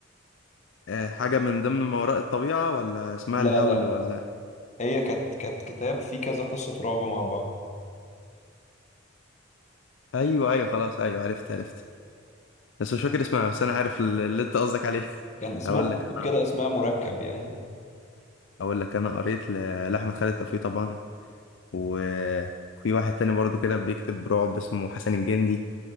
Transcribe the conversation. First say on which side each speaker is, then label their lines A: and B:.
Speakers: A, on the left; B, on the left.
A: آه حاجه من ضمن ما وراء الطبيعه ولا اسمها
B: لا
A: الهول
B: لا
A: ولا
B: لا هي كانت كانت كتاب فيه كذا قصه رعب مع بعض
A: ايوه ايوه خلاص ايوه عرفت عرفت بس مش فاكر اسمها بس انا عارف اللي انت قصدك عليه <laughs>
B: كان اسمها
A: اقول لك انا
B: كده اسمها مركب يعني
A: اقول لك انا قريت ل- لاحمد خالد توفيق طبعا وفي واحد تاني برضو كده بيكتب رعب اسمه حسن الجندي